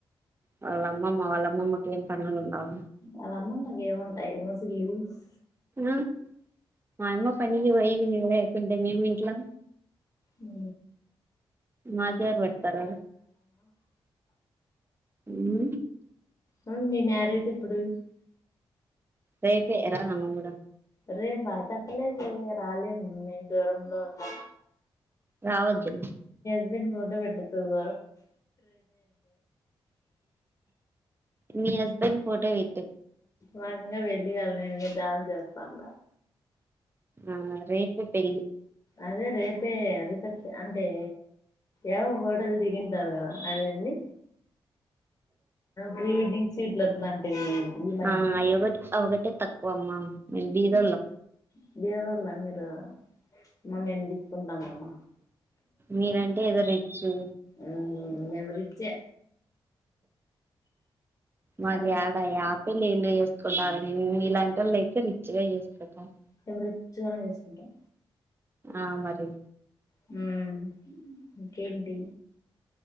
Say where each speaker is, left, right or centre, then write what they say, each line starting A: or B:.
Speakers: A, on the right; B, on the left.
A: వాళ్ళ అమ్మమ్మ వాళ్ళ అమ్మమ్మకి ఏం పనులు ఉండావు
B: వాళ్ల అమ్మమ్మకి ఏమి ఇంట్ దైవసి లీవ్స్
A: ఆ మా అమ్మ పన్నది వై ఎకుంట మూమట్లా
B: ఉ
A: మాకెవ్వరు పెడతారు ఊ
B: అవును మీ మ్యారేజ్ ఎప్పుడు
A: రేపే రా నువ్వు కూడ
B: రే బాతప్పలే రాలేన్ మేం జ్వరంలో ఉండమ్
A: రావద్దండి
B: దీనికి ఫోటో పెట్టు తవ్వ
A: మీ హస్బెండ్ ఫోటో వెట్టు
B: నాకి ఇంకా పెళ్ళి కాలె జాబ్ జేస్త తండ
A: ఆ రేపే పెళ్లి
B: అదే రేపే రిసెప్షన్ అంటే ఏవో హోటల్ దిగింటారు కదా అదేంది ప్రీ వెడ్డింగ్ షూట్లు అట్లాలాంటివి ఈ మధ్య
A: ఆ అయొకటి అవొకటే తక్కువ అమ్మా మేము బీదోళ్ళం
B: ఏ జేవర్ల మీరు అమ్మ మేము తీసుకుంటామమ్మ
A: మీరంటే ఏదో రిచ్చు
B: ఆ మేము రిచ్చే
A: మాగి
B: హలో
A: ఆడా ఆపిల్ ఇల్ ఏందో ఎస్క్ ఉంటారు ని నీ నీలాంటోళ్లు అయితే రిచ్చ్ గా చేసుకుంటారు
B: మేం రిచ్చుగానే చేసుకుంటాం
A: ఆ మరి
B: హుమ్ పిండి